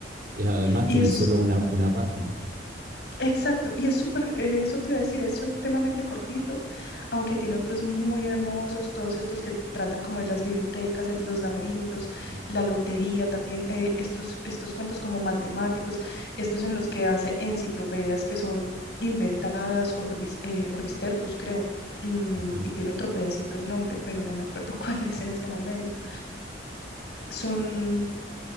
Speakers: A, on the right; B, on the left.
A: Y además
B: Y
A: tiene
B: es,
A: solo una, una página.
B: Exacto, y es súper, eh, eso te iba a decir, es supremamente cortito, aunque tiene otros muy hermosos, todos estos que tratan como de las bibliotecas, el- los laberintos,
A: Ujú.
B: la lotería también, eh, estos, estos cuentos como matemáticos, estos en los que hace enciclopedias que son inventadas, Orbis, eh, Orbistertus, creo, mm,
A: Ajá.
B: y tiene otro pedacito el nombre, pero no me acuerdo <laughs> cuál es en este momento. Son,